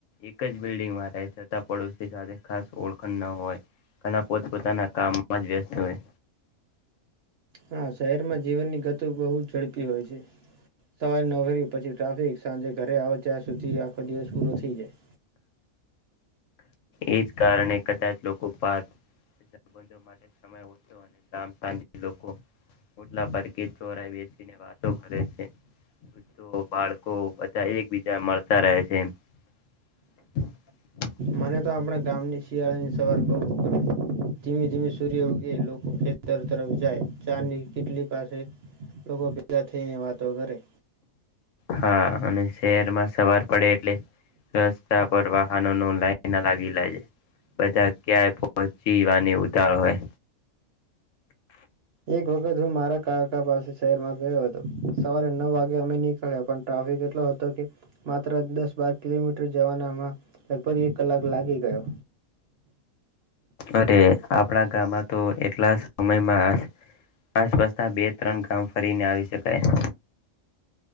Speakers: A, on the left (about 70°); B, on the right (about 60°).
A: એક જ બિલ્ડિંગમાં રહે છતાં પડોશી સાથે ખાસ ઓળખણ ન હોયણા પોતપ પોતાના કામમાં જ વ્યસ્ત હોય
B: હા શહેર માં જીવનની ગતિ બહુ ઝડપી હોય છે સવારે નરી પછી ટ્રાફિક સાંજે ઘરે આવે ત્યાં સુધી આખો દિવસ પૂરો થઈ જાય
A: એજ કારણે કદાચ લોકોારબંધો માટે સમયતો અને ગામ તજ લોકો ઓટલા પરકી ચોર આવી વાતો કરે છે બધો બાળકો બધા એકબીજા મળતા રહે છે <unintelligible>
B: મને તો આપણા ગામની શિયાળા ની સવાર બહુ ગમે ધીમે ધીમે સૂર્ય ઉગે લોકો ખેતર તરફ જાય ચારની કેટલી પાસે લોકો ભેગા થઈને વાતો કરે
A: હા અને શહેરમાં સવાર પડે એટલે રસ્તા પર વાહનો ન લાઈન લાગી લાય છે બધા ક્યાંય પહોચીવાની ઉતાર હોય
B: એક વખત હું મારા કાકા પાસે શહેરમાં ગયો હતો સવારે નવ વાગે અમે નીકળ્યા પણ ટ્રાફિક એટલો હતો કે માત્ર દસ બાર કિલોમીટર જવાનામાં લગભગ એક કલાક લાગી ગયો
A: અરે આપણા ગામમાં તો એટલા સમયમાં આસપાસના બે ત્રણ ગામ ફરીને આવી શકાય